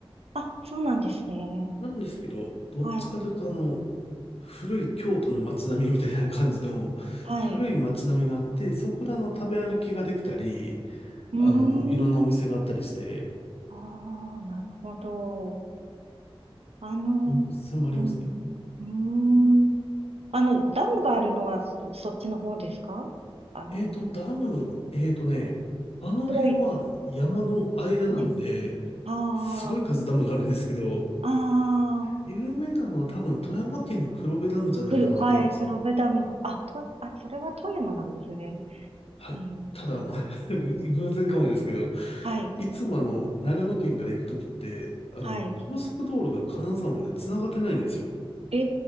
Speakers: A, on the right (about 90°); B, on the left (about 80°).
A: あ、そうなんですね。
B: なんですけど、どっちかというとあの、
A: はい。
B: 古い京都の街並みみたいな感じの、
A: はい。
B: 古い街並みがあって、そこであの食べ歩きができたり、
A: うー
B: あの、いろんなお店があったりして、
A: ん。ああ、なるほど。あの、
B: 温泉もありますね。
A: うん。うーん。あの、ダムがあるのはそっちの方ですかあの、
B: えっと、ダム、えっとね、あの辺は山の間なんで、
A: 黒い。はい。あ
B: すごい数ダムがあるんですけど、
A: あ、ああ。
B: 有名なのは多分富山県の黒部ダムじゃないかなと思うんですよね。
A: くる、はい、黒部ダム。あ、と、あ、それは富山なんですね。
B: はい。
A: うーん。
B: ただ、あの <laughs> 偶然かもですけど、
A: はい、
B: いつもあの、長野県から行くときって、あの、
A: はい。
B: 高速道路が金沢まで繋がってないんですよ。
A: え